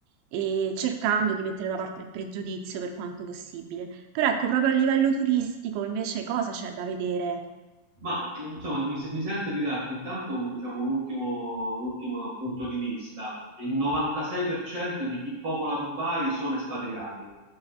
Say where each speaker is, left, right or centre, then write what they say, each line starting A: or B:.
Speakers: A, on the right; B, on the right.
A: e cercando di mettere da parte il pregiudizio per quanto possibile. Però ecco, proprio a livello turistico invece cosa c'è da vedere?
B: ma che- insomma mi, se- mi sento di darti intanto un, diciamo, un ultimo, un ultimo punto di vista. Il 96% di chi popola Dubai sono espatriati,